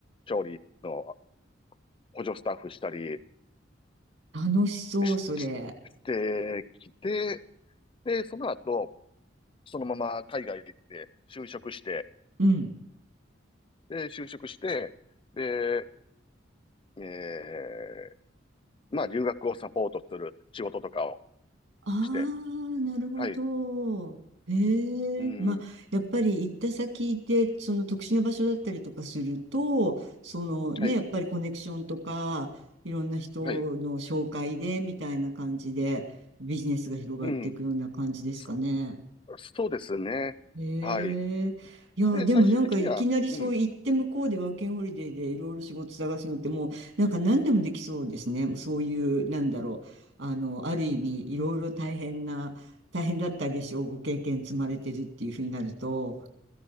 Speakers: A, on the left (about 25°); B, on the right (about 80°).
A: 調理の補助スタッフしたり
B: 楽しそう、
A: し、
B: それ。
A: ししてきて、で、その後、そのまま海外で就職して、
B: うん。
A: で、就職して、で、えー、まあ、留学をサポートする仕事とかを
B: あ
A: して、
B: あ、なるほど。
A: はい、
B: ええ、
A: うん、
B: まあ、やっぱり行った先で、その特殊な場所だったりとかすると、そのね、
A: はい、
B: やっぱりコネクションとか、いろんな人の紹介で、
A: はい、
B: みたいな感じで、ビジネスが広がっていくような感じですかね。
A: うん、そそうですね。
B: へえ。
A: はい。
B: いや、
A: で、
B: でもなんかいきなりそう行って向こうでワーキングホリデーでいろいろ仕事探すのってもうなんか何でもできそうですね。
A: 最終的には、うん、
B: もうそういう、なんだろう。あの、ある意味いろいろ大変な、大変だったでしょう。ご経験積まれてるっていうふうになると。